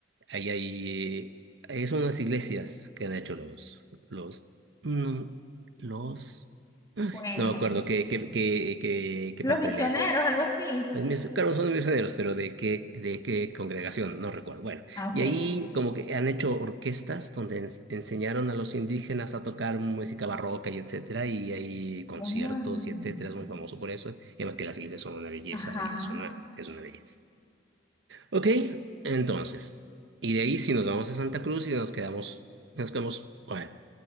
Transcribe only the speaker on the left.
cuéntame.
Los
misioneros,
algo así.
Ah, ok.
Wow.
Ajá.